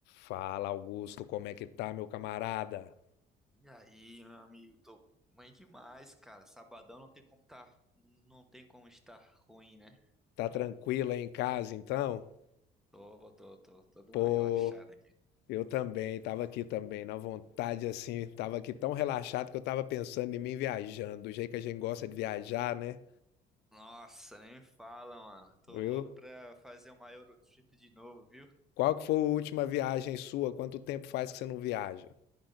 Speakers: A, on the left; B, in the centre.
A: Fala, Augusto, como é que tá, meu camarada?
B: E aí, meu amigo, tô bem demais, cara. Sabadão não tem como tá, não tem como estar ruim, né?
A: Tá tranquilo aí em casa, então?
B: Tô, tô, tô, tô dando
A: Pô,
B: uma relaxada aqui.
A: eu também, tava aqui também, na vontade assim, tava aqui tão relaxado que eu tava pensando em mim viajando, do jeito que a gente gosta de viajar, né?
B: Nossa, nem me fala, mano. Tô
A: Viu?
B: louco pra fazer uma Eurotrip de novo, viu?
A: Qual que foi a última viagem sua? Quanto tempo faz que você não viaja?